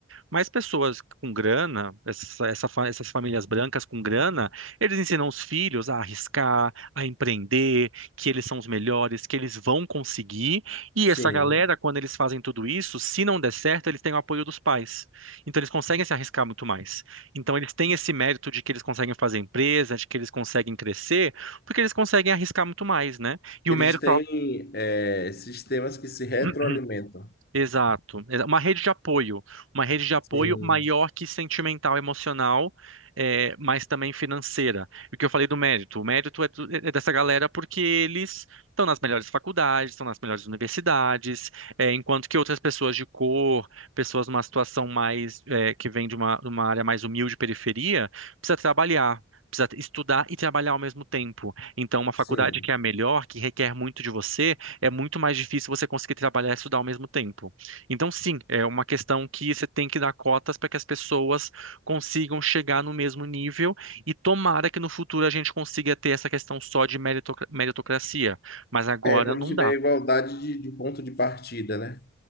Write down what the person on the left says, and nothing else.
Sim.
Eles
têm
é, sistemas que se retroalimentam.
Sim,
sim.
É, quando
tiver
igualdade de, de ponto de partida, né?